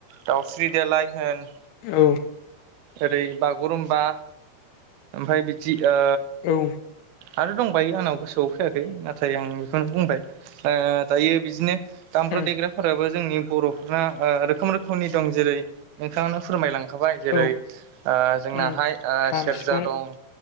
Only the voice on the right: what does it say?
दाउस्रि देलाय होन
ओरै बागुरुमबा आमफाय बिदि ओ
आरो दंबायो आंनाव गोसोआव फैयाखै नाथाय आं बेखौनो बुंबाय ओ दायो बिदिनो
दामग्रा देग्राफोराबो जोंनि बर' फोरना ओ रोखोम रोखोमनि दं जेरै नोंथांखनो फोरमाय लांखाबाय
जेरै ओ जोंनाहाय
ओ
सेरजा
दं